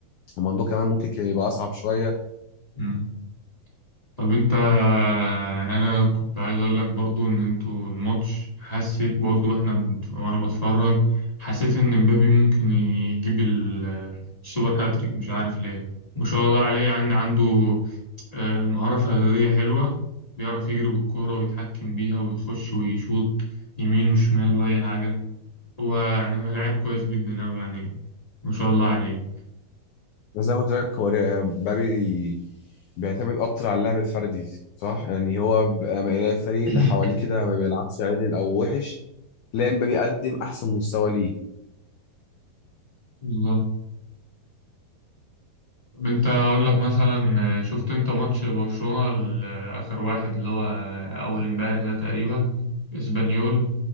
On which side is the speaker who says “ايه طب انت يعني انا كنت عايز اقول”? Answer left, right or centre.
Left